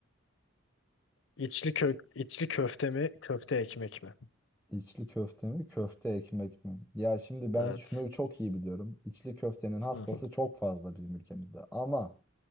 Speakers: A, on the left (about 60°); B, in the centre.
A: İçli kök, içli köfte mi, köfte ekmek mi?
B: İçli köfte mi köfte ekmek mi? Ya şimdi ben
A: Evet.
B: şunu çok iyi biliyorum. İçli köftenin hastası
A: Hı.
B: çok fazla bizim ülkemizde. Ama